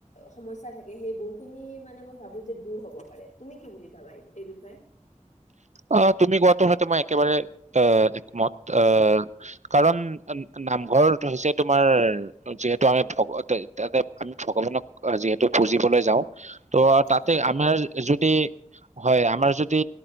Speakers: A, on the left; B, on the right.
A: সমস্যা থাকে। সেই বহুখিনি মানে মই ভাবো যে দূৰ হব পাৰে। তুমি কি বুলি ভাবা এই বিষয়ে?
B: অ' তুমি কোৱাটো হয়তো মই একেবাৰে, আ একমত। আ, কাৰণ নামঘৰ হৈছে তোমাৰ যিহেতু আমি তাতে আমি ভগৱানক যিহেতু পুজিবলৈ যাওঁ। ত' তাতে
A: হয়
B: আমাৰ য'ত হয় আমাৰ যদি